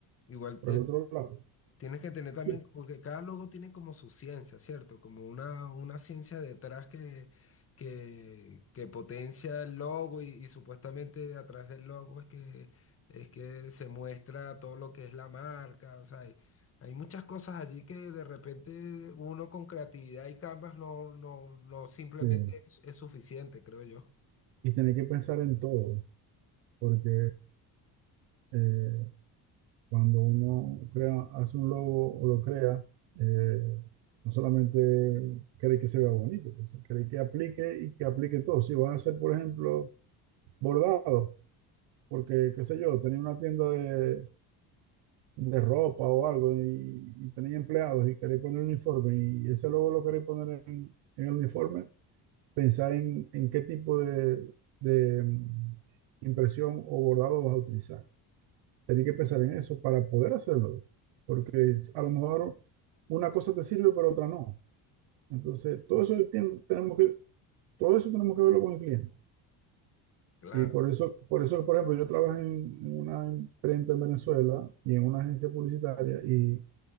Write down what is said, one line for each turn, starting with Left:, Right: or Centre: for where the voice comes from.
Left: Igual
Right: Por el otro lado,
Left: Tienes que tener también,
Right: sí.
Left: porque cada logo tiene como su ciencia, ¿cierto? Como una, una ciencia detrás que, que, que potencia el logo y, y supuestamente a través del logo es que, es que se muestra todo lo que es la marca, o sea, hay, hay muchas cosas allí que de repente uno con creatividad y Canvas no, no, no simplemente
Right: Sí.
Left: es, es suficiente, creo yo.
Right: Y tener que pensar en todo, porque eh, cuando uno crea, hace un logo o lo crea, eh, no solamente cree que se vea bonito, pues, cree que aplique y que aplique todo. Si vas a hacer, por ejemplo, bordado, porque, qué sé yo, tenía una tienda de de ropa o algo y, y tenéis empleados y queréis poner un uniforme y ese logo lo queréis poner en, en el uniforme, pensáis en, en qué tipo de, de, mm, impresión o bordado vas a utilizar. Tenéis que pensar en eso para poder hacerlo, porque es- a lo mejor una cosa te sirve pero otra no. Entonces, todo eso tien- tenemos que, todo eso tenemos que verlo con el cliente.
Left: Claro.
Right: Y por eso, por eso, por ejemplo, yo trabajé en, en una imprenta en Venezuela y en una agencia publicitaria y